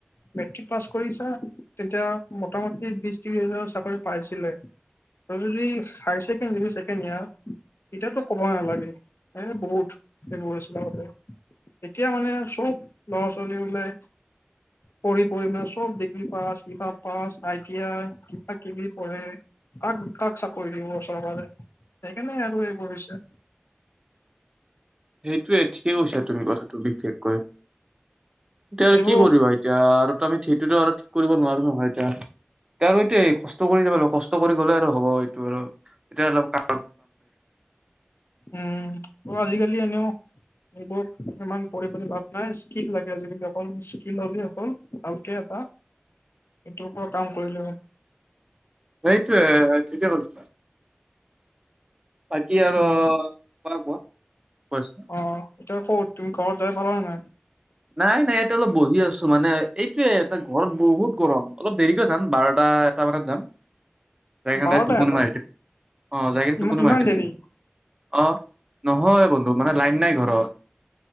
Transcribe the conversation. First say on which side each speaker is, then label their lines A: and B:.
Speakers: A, on the left (about 80°); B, on the right (about 20°).
A: মেট্ৰিক পাছ কৰিছা তেতিয়া। মোটামুটি বিশ ত্ৰিশ হাজাৰ চাকৰি পাইছিলে। যদি হাইছেকেণ্ডৰি ছেকেন ইয়াৰ এতিয়াতো কব নালাগে। ন বহুত <unintelligible> এতিয়া মানে চব ল'ৰা ছোৱালী ওলাই পঢ়ি পঢ়ি মানে চব ডিগ্ৰী পাছ কিবা পাছ আইটিয়া কিবা কিবি পঢ়ে। কাক কাক চাকৰি দিব চৰকাৰে? সেইকাৰণে আৰু এইবোৰ কৰিছে।
B: সেইটোয়ে ঠিকে কৈছা। তুমি কথাটো বিশেষকৈ, এতিয়া আৰু
A: এইবোৰ
B: কি কৰিবা? এতিয়া আৰু আমি সেইটোতো আৰু ঠিক কৰিব নোৱাৰো নহয় এতিয়া। আৰু আৰু এইটোৱে, কষ্ট কৰি যাব লাগিব। কষ্ট কৰি গ'লে আৰু হ'ব এইটো আৰু। এতিয়া অলপ কা।
A: উম। অ' আজিকালি এনেও। এইবোৰ ইমান পৰিপাটি ভাব নাই, স্কিল লাগে আজিকালি, অকল স্কিল হ'লে অকল ভালকে এটা। এইটো পৰা কাম কৰিলো হয়।
B: সেইটোৱ ঠিকে কৈছা। বাকী আৰু
A: উম
B: কোৱা, <unintelligible>
A: অ এতিয়া ক'ত তুমি ঘৰত যাই পালা নাই?
B: নাই নাই, ইয়াতে অলপ বহি আছো মানে। এইটোৱে ইয়াতে ঘৰত বহুত গৰম। অলপ দেৰিকৈ। যাম, বাৰটা-এটামানত যাম। জাইকেনে
A: বাৰটা
B: দাইৰেক টোপনি
A: এটা
B: মাৰি দিম। অ' জাইকেনে
A: ইমান
B: টোপনি
A: ইমান
B: মাৰি দিম।
A: দেৰি
B: অ' নহয় বন্ধু, মানে লাইন নাই ঘৰত।